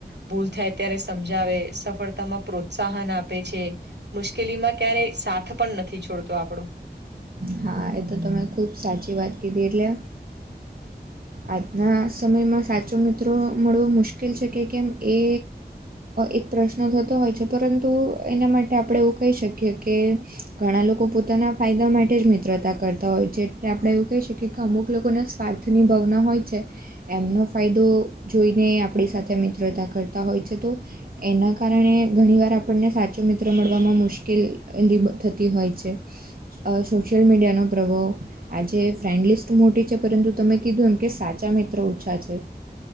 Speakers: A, on the right; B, on the right.
A: ભૂલ થાય ત્યારે સમજાવે, સફળતામાં પ્રોત્સાહન આપે છે. મુશ્કેલીમાં ક્યારેય સાથ પણ નથી છોડતો આપણો.
B: હા એ તો તમે ખુબ સાચી વાત કીધી એટલે આજના સમયમાં સાચો મિત્રો મળવો મુશ્કેલ છે કે કેમ એ એક પ્રશ્ન થતો હોય છે પરંતુ એના માટે આપણે એવું કહી શકીએ કે ઘણા લોકો પોતાના ફાયદા માટે જ મિત્રતા કરતા હોય છે એટલે આપણે એવું કહી શકીએ કે અમુક લોકોના સ્વાર્થની ભવ ના હોય છે એમનો ફાયદો જોઈને આપણી સાથે મિત્રતા કરતા હોય છે તો એના કારણે ઘણીવાર આપણને સાચો મિત્ર મળવામાં મુશ્કેલી થતી હોય છે. અ સોશિયલ મીડિયાનો પ્રભાવ આ જે ફ્રેન્ડલિસ્ટ તો મોટી છે પરંતુ તમે કીધું એમ કે સાચા મિત્રો ઓછા છે.